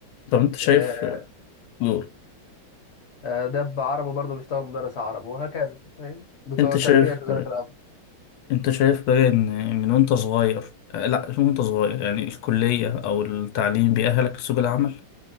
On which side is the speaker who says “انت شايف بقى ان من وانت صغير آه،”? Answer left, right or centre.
Left